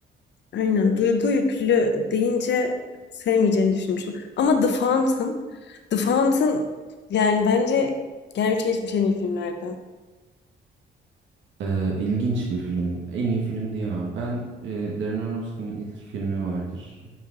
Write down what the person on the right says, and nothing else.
Ee, ilginç bir film. En iyi film diyemem. Ben e, Darren Aronofsky'nin ilk filmi vardır.